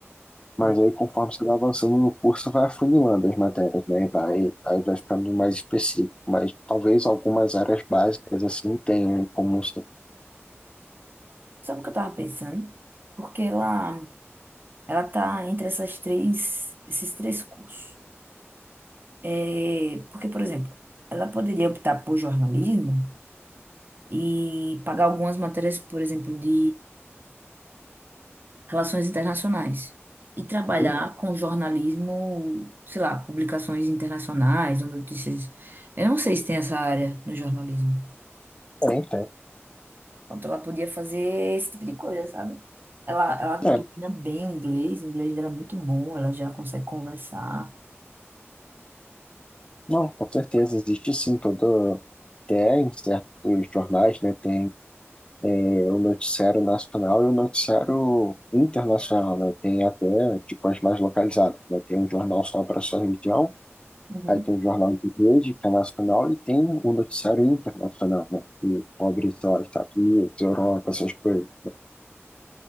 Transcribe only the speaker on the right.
né?
Sabe o que eu tava pensando? Porque ela, ela tá entre essas três, esses três cursos. É, porque, por exemplo, ela poderia optar por jornalismo e pagar algumas matérias, por exemplo, de relações internacionais. E trabalhar
com jornalismo, sei lá, publicações internacionais ou notícias. Eu não sei se tem essa área no jornalismo.
Pronto, ela podia fazer esse tipo de coisa, sabe? Ela, ela domina
bem o inglês, o inglês dela é muito bom, ela já consegue conversar.
Uhum.